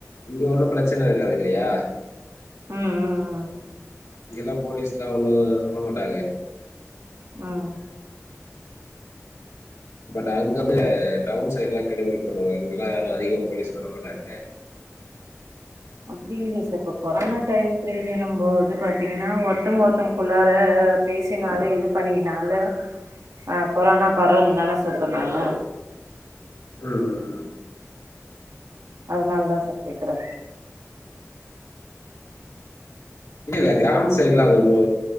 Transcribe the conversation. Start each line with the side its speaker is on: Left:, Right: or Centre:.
Left: இங்க ஒன்னு பிரச்சன இல்ல இல்லையா
Right: உம் உம் உம்
Left: இங்களா போலீஸ்லா ஒண்ணு சொல்ல மாட்டாக
Right: உம்
Left: பட் அங்க அந்த டவுன் சைடு்ல்லா கெடுபடி பண்ணுவாங்க இங்கெல்லா அதிக போலீஸ் வரமாட்டாங்க
Right: அப்டி இல்லிங் சார் இப்ப கொரோனா டைம் பிரீதுனு போது பாத்தீங்கன்னா ஒருத்தங்க ஒருத்தங்கக்குள்ளார பேசினால இது பண்ணினாலு அஹ் கொரோனா பரவு தான சார் சொன்னாங்க
Left: ம் ம் ம்
Right: அதனால தா சார் கேக்குறே
Left: இல்ல இல்ல கிராம சைடுலா அது ஒன்னு